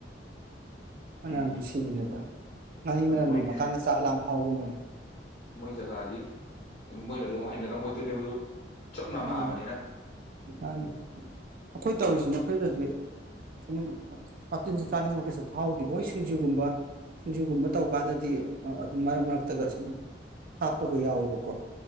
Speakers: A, on the right; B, on the left.
A: ꯃꯥꯅꯝ
B: ꯎꯝ
A: ꯅꯨꯡꯁꯤꯕꯨꯅꯦꯕ ꯉꯥꯔꯤ ꯃꯅꯝ
B: ꯑꯗꯣ ꯃꯣꯏꯒꯤ
A: ꯅꯃꯀꯥꯟꯗ ꯆꯥꯛ ꯂꯥꯝ ꯐꯥꯎꯒꯨꯝꯕꯅꯤ <inaudible>
B: ꯃꯣꯏ ꯖꯒꯥꯒꯤ ꯃꯣꯏꯅ ꯑꯃꯨꯛ ꯍꯩꯅꯔꯝꯃꯣꯏꯗꯣꯏꯅꯦꯕ ꯁꯨꯝ ꯅꯃꯥꯕꯅꯤꯅ
A: ꯎꯝ ꯃꯥꯅꯦ ꯑꯈꫭꯏ ꯇꯧꯔꯤꯁꯤꯅ ꯑꯩꯈꯣꯏꯗꯗꯤ ꯁꯨꯝ ꯋꯥꯇꯤꯟꯁꯦ ꯆꯥꯅꯤꯡꯕ ꯀꯩꯁꯨ ꯐꯥꯎꯒꯤ ꯕꯣꯏ
B: ꯑꯦ
A: ꯁꯤꯡꯖꯨꯒꯨꯝꯕ ꯁꯤꯡꯖꯨꯒꯨꯝꯕ ꯇꯧꯀꯥꯟꯗꯗꯤ ꯑꯗꯨꯝ ꯃꯔꯛ ꯃꯔꯛꯇꯒ ꯁꯨꯝ ꯍꯥꯞꯄꯒ ꯌꯥꯎꯋꯦꯕꯀꯣ